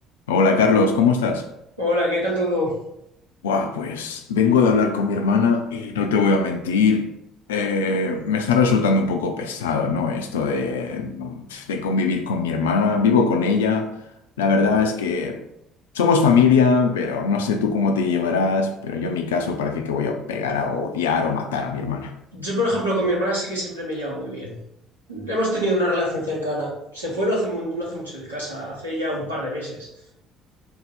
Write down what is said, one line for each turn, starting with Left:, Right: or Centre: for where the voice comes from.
Left: Hola Carlos, ¿cómo estás?
Right: Hola, ¿qué tal todo?
Left: Buah, pues vengo de hablar con mi hermana y no te voy a mentir, eh, me está resultando un poco pesado, ¿no? Esto de, de convivir con mi hermana, vivo con ella, la verdad es que somos familia, pero no sé tú cómo te llevarás, pero yo en mi caso parece que voy a pegar a odiar o matar a mi hermana.
Right: Yo, por ejemplo, con mi hermana sí que siempre me he llevado muy bien. Hemos tenido una relación cercana. Se fue no hace, mu- no hace mucho de casa, hace ya un par de meses.